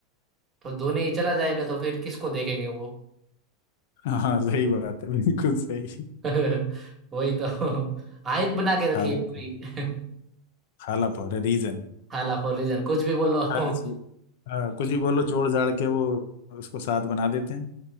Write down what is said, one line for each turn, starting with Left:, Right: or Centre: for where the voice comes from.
Right: तो धोनी ही चला जाएगा तो फिर किसको देखेंगे वो
Left: हाँ सही बात है बिल्कुल सही
Right: <laughs> वही तो हाइप बना के रखी
Left: खाला
Right: है पूरी
Left: था
Right: <laughs>
Left: खाला फॉर ए रीजन
Right: हाला फॉर रीजन कुछ भी बोलो
Left: हर
Right: <laughs>
Left: चीज हाँ, कुछ भी बोलो जोड़ जाड़ के वो उसको साथ बना देते हैं